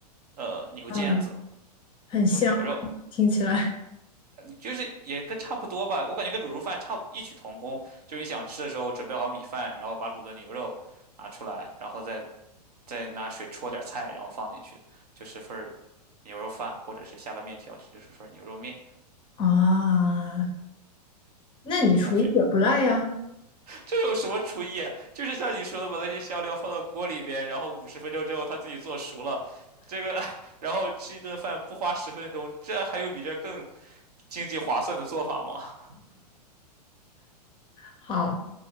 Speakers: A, on the right; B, on the left.
A: 呃牛腱子。
B: 嗯，很香，
A: 卤牛肉，
B: 听起来
A: 你就是也跟差不多吧，我感觉跟卤肉饭差不异曲同工。就是你想吃的时候，准备好米饭，然后把卤的牛肉拿出来，然后再再拿水焯点菜，然后放进去，就是份儿牛肉饭，或者是下个面条，就是份儿牛肉面。
B: 啊。那你厨艺也不赖呀。
A: 感觉这有什么厨艺啊就是像你说的，把那些香料放到锅里边，然后五十分钟之后它自己做熟了，这个 <laughs> 然后吃一顿饭不花十分钟，这还有比这更经济划算的做法吗？
B: 好，